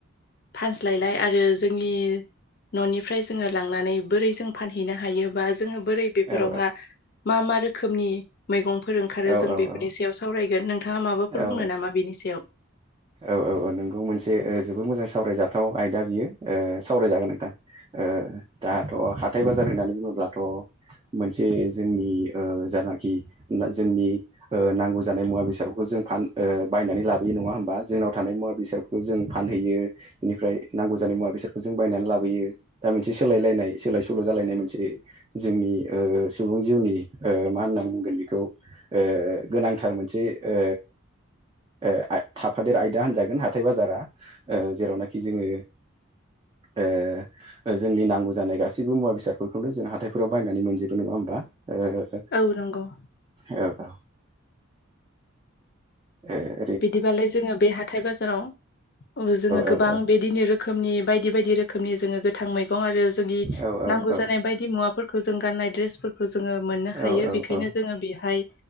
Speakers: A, on the left; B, on the right.
A: फानस्लायलाय आरो जोंनि न'निफ्राय जोङो लांनानै बोरै जों फानहैनो हायोबा जोङो बोरै बेफोरावहा
B: औ
A: मा मा रोखोमनि मैगंफोर ओंखारो
B: औ
A: जों बेफोरनि
B: औ
A: सायाव सावरायगोन नोंथाङा माबाफोर
B: औ
A: बुङो नामा बेनि सायाव?
B: औ औ औ नोंगौ मोनसे ओ जोबोद मोजां सावरायजाथाव आयदा बियो ओ सावरायजागोन नोंथां। ओ दाथ' हाथाय बाजार होननानै बुङोब्लाथ' मोनसे जोंनि ओ जानाखि मान जोंनि ओ नांगौ जानाय मुवा बेसादफोरखौ जों फान बायनानै लाबोयो नङा होमबा? जोंनाव थानाय मुवा बेसादफोरखौ जों फानहैयो बेनिफ्राय नांगौ जानाय मुवा बेसादखौ जों बायनानै लाबोयो। दा मोनसे सोलायलायनाय सोलाय सोल' जालायनाय मोनसे जोंनि ओ सुबुं जिउनि ओ मा होनना बुंगोन बेखौ ओ गोनांथार मोनसे ओ ओ आय थाब हादोर आयदा होनजागोन हाथाय बाजारा ओ जेरावनाखि जोङो ओ ओ जोंनि नांगौ जानाय गासैबो मुवा बेसादफोरखौनो जों हाथाइफोराव बायनानै मोनजोबो नङा होमबा? ओ
A: औ नंगौ
B: औ औ। ए।
A: बिदिबालाय जोङो बे हाथाय बाजाराव औ जोङो गोबां
B: औ औ
A: बेदिनो रोखोमनि बायदि बायदि रोखोमनि जोङो गोथां मैगं आरो जोंनि
B: औ
A: नांगौ
B: औ
A: जानाय बायदि मुवाफोरखौ जों गाननाय ड्रेसफोरखौ जोङो मोननो
B: औ
A: हायो
B: औ
A: बेखायनो
B: औ
A: जोङो बेहाय